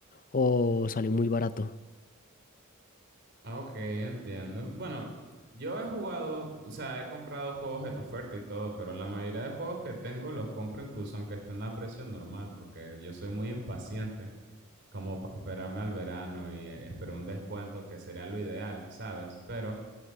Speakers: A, on the left; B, on the right.
A: o sale muy barato.
B: Ah, Ok, entiendo. Bueno, yo he jugado, o sea, he comprado juegos en oferta y todo, pero la mayoría de juegos que tengo los compro incluso aunque estén a precio normal, porque yo soy muy impaciente, como para esperarme al verano y eh, espero un descuento que sería lo ideal, ¿sabes? Pero